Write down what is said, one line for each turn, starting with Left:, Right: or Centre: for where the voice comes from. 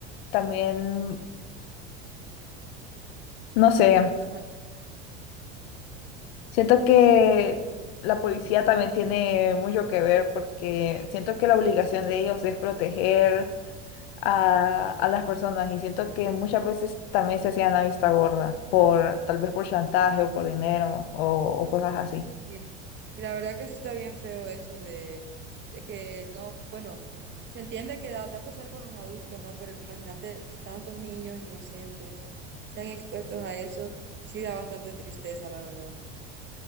Left: también, no sé,
Right: Ajá.
Left: siento que la policía también tiene mucho que ver porque siento que la obligación de ellos es proteger a, a las personas y siento que muchas veces también se hacían la vista gorda por tal vez por chantaje o por dinero o, o cosas así.
Right: Y y la verdad que sí está bien feo eso de, de que no, bueno, se entiende que da, da pesar con los adultos, ¿no? Pero imagínate que tantos niños inocentes sean expuestos a eso, sí da bastante tristeza, la verdad.